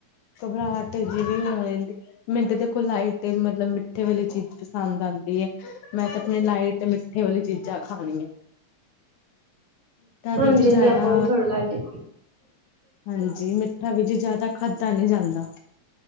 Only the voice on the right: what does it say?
ਹਾਂਜੀ
ਹਾਂਜੀ
ਆਪਾਂ ਵੀ ਥੋੜਾ ਲਾਇਟ